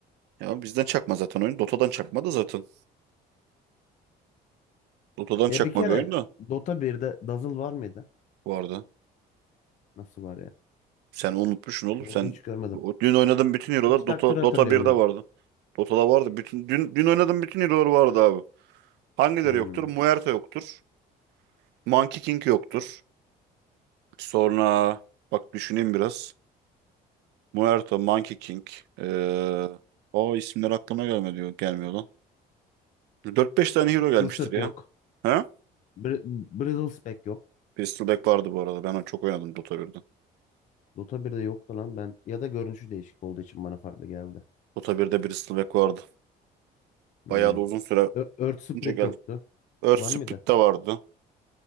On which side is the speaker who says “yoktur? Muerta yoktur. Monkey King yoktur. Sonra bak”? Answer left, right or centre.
Right